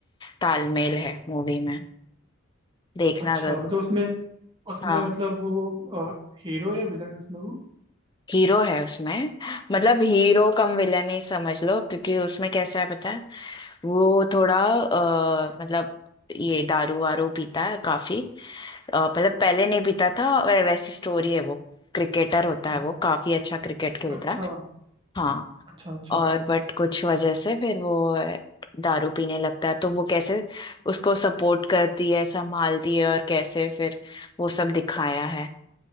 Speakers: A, on the left; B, on the right.
A: तालमेल है मूवी में देखना
B: अच्छा
A: जरूर
B: मतलब उसमें उसमें
A: हाँ
B: मतलब वो हीरो या विलन है उसमें वो
A: हीरो है उसमें मतलब हीरो कम विलन ही समझ लो क्योंकि उसमें कैसा है पता है वो थोड़ा अ, मतलब ये दारू वारू पीता है काफी अ, मतलब पहले नहीं पीता था वै- वैसी स्टोरी है वो क्रिकेटर होता
B: हम्म,
A: है वो काफी अच्छा क्रिकेट खेलता
B: अच्छा
A: है हाँ
B: अच्छा अच्छा
A: और बट कुछ वजह से फिर वो अ, दारू पीने लगता है तो वो कैसे उसको सपोर्ट करती है संभालती है और कैसे फिर वो सब दिखाया है